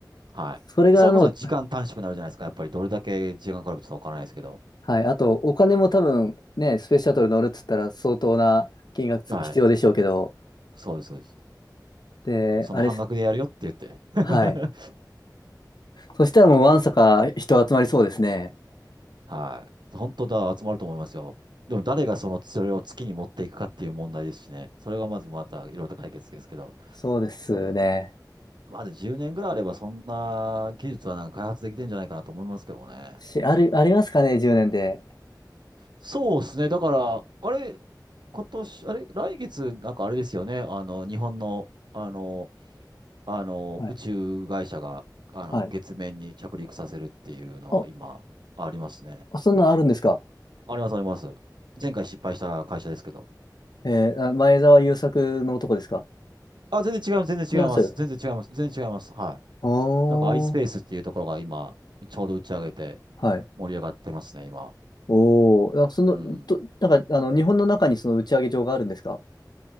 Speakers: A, on the right; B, on the left.
A: はい。
B: それがもう、
A: それこそ時間短縮になるじゃないですか。やっぱりどれだけ時間かかるかちょっとわからないですけど。
B: はい。あと、お金も多分ね、スペースシャトル乗るっつったら相当な金額つ必要でしょうけど、
A: はい。そうです、そうです。
B: で、
A: その半額でやるよって言って。
B: あれっす、
A: <laughs>
B: はい。そしたらもうわんさか人集まりそうですね。
A: はい。本当だ、集まると思いますよ。でも誰がその、それを月に持っていくかっていう問題ですしね。それがまずまたいろいろと解決ですけど。
B: そうですね。
A: まだ10年ぐらいあればそんな技術はなんか開発できてんじゃないかなと思いますけどね。
B: し、ある、ありますかね、10年で。
A: そうですね。だから、あれ、今年、あれ、来月、なんかあれですよね。あの、日本の、あの、あの、
B: はい。
A: 宇宙会社が、あの、
B: はい。
A: 月面に着陸させるっていうのは今、
B: あ、
A: ありますね。
B: そんなのあるんですか
A: あります、あります。前回失敗した会社ですけど。
B: えー、あ前澤友作の男ですか
A: あ、全然違います、全然違います。
B: 違いますよ。
A: 全然違います、全然違います。はい。
B: おー。
A: なんか iSpace っていうところが今、ちょうど打ち上げて
B: はい。
A: 盛り上がってますね、今。
B: おー。あその、
A: うん。
B: ど、なんか、あの、日本の中にその打ち上げ場があるんですか